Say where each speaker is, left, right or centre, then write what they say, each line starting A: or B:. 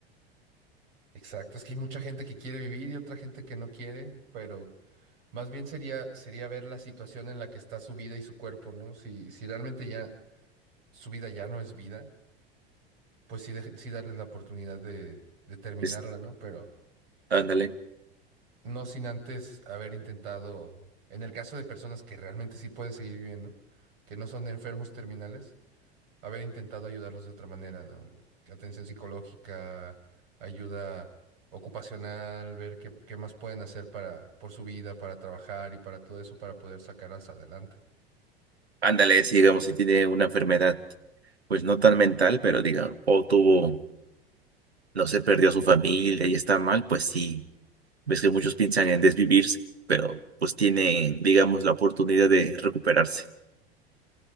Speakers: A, on the right; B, on the right.
A: Exacto, es que hay mucha gente que quiere vivir y otra gente que no quiere, pero más bien sería, sería ver la situación en la que está su vida y su cuerpo, ¿no? Si, si realmente ya su vida ya no es vida, pues sí, de- sí darles la oportunidad de, de terminarla,
B: Pues,
A: ¿no? Pero
B: ándale,
A: No sin antes haber intentado, en el caso de personas que realmente sí pueden seguir viviendo, que no son enfermos terminales, haber intentado ayudarlos de otra manera, ¿no? Atención psicológica, ayuda ocupacional, ver qué, qué más pueden hacer para, por su vida, para trabajar y para todo eso, para poder sacarlas adelante.
B: ándale, si digamos, si tiene una enfermedad, pues no tan mental, pero diga, o tuvo, no sé, perdió a su familia y está mal, pues sí. Ves que muchos piensan en desvivirse, pero pues tienen, digamos, la oportunidad de recuperarse.